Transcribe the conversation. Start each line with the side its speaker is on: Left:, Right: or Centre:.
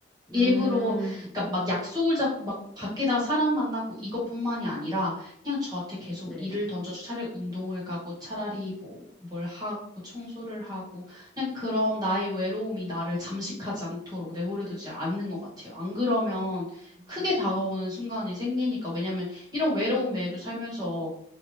Centre: 음,
Right: 일부러 그러니까 막 약속을 잡고 막 밖에다 사람 만나고 이것뿐만이 아니라 그냥 저한테 계속
Centre: 네.
Right: 일을 던져줘 차라리 운동을 가고 차라리 뭐 뭘 하고 청소를 하고 그냥 그런 나의 외로움이 나를 잠식하지 않도록 내버려두지 않는 것 같아요. 안 그러면 크게
Centre: 음.
Right: 다가오는 순간이 생기니까 왜냐면 이런 외로움에도 살면서